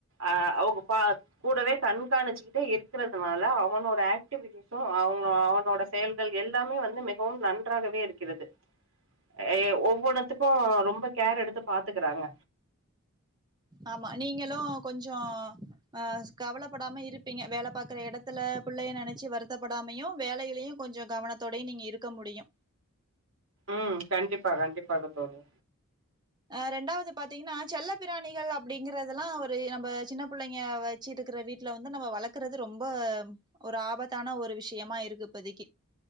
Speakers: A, on the right; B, on the right.
A: அ அவுங்க பா கூடவே கண்காணிச்சுக்கிட்டே இருக்கறதுனால அவனோட ஆக் டிவிட்டிஸ்சும் அவுங்க அவனோட செயல்கள் எல்லாமே வந்து மிகவும் நன்றாகவே இருக்கிறது ஏ ஒவ்வொன்னத்துக்கும் ரொம்ப கேர் எடுத்து பாத்துக்கறாங்க
B: ஆமா நீங்களும் கொஞ்சோ அ கவலைப்படாம இருப்பீங்க வேலை பாக்குற எடத்துல பிள்ளைய நினைச்சி வருத்தப்படாமையு வேலையிலையு கொஞ்சோ கவனத்தோடயு நீங்க இருக்க முடியு
A: ம் கண்டிப்பா கண்டிப்பாக தோழி
B: அ ரெண்டாவது பாத்தீங்கன்னா செல்ல பிராணிகள் அப்படிங்கறதெல்லா ஒரு நம்ம சின்ன புள்ளைங்க வச் ச்சிட்ருக்குற வீட்ல வந்து நம்ம வளக்கறது ரொம்ப உம் ஒர் ஆபத்தான ஒரு விஷ்யமா இருக்கு இப்பதிக்கி